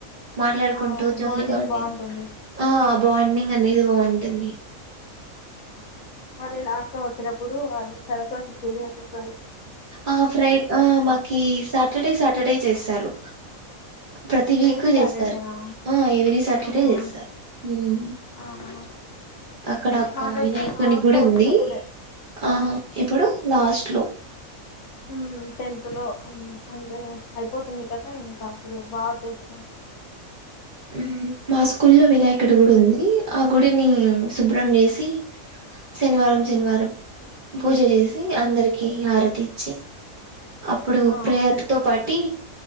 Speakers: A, on the right; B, on the left.
A: మాట్లాడ్కుంటూ
B: ఆ
A: జాలీగా
B: బాండింగ్
A: ఉండేది
B: బాగుంటుంది
A: ఆ అ బాండింగనేది బాంటుంది.
B: ఆ మళ్ళీ లాస్ట్ లో వచ్చేటప్పుడు అదే సరస్వతి పూజా చేస్
A: ఆ ఫ్రై ఆ మాకి సాటడే సాటడే చేస్తారు. ప్రతి వీకు
B: ఎవ్రీ
A: జేస్తారు
B: సాటర్డేనా
A: ఆ ఎవ్రీ సాటడే
B: ఆహా
A: జేస్తారు ఊమ్.
B: ఆహా
A: అక్కడొక్క
B: మాకైతే
A: వినాయకుని
B: లాస్ట్
A: గుడి
B: లో వచ్చేటప్పుడే
A: ఉంది ఆ ఇప్పుడు లాస్ట్ లో
B: ఊమ్ టెన్త్ లో ఊమ్ అంటే ఐపోతుంది కదా ఇంక. ప్పుడు బా చేసా
A: ఊమ్హూ మా స్కూల్లో వినాయకుడి
B: ముందు
A: గుడుంది ఆ గుడినీ ఉమ్ సుబ్రం జేసీ శనివారం
B: మ్మ్
A: శనివారం పూజ జేసి అందర్కీ హారతిచ్చి అప్పుడు
B: ఆ
A: ప్రేయర్ తో పాటీ